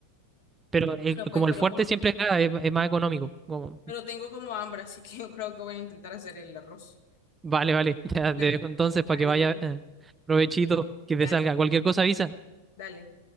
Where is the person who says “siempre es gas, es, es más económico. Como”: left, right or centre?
Right